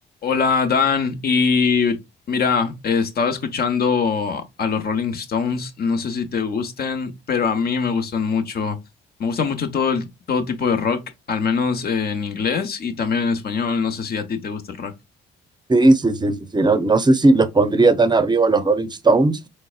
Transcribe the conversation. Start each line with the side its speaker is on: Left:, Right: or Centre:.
Left: Hola Dan, y mira, estaba escuchando a los Rolling Stones, no sé si te gusten, pero a mí me gustan mucho, me gusta mucho todo el- todo tipo de rock, al menos eh, en inglés y también en español, no sé si a ti te gusta el rock.
Right: Sí, sí, sí, sí, sí. No, no sé si los pondría tan arriba a los Rolling Stones.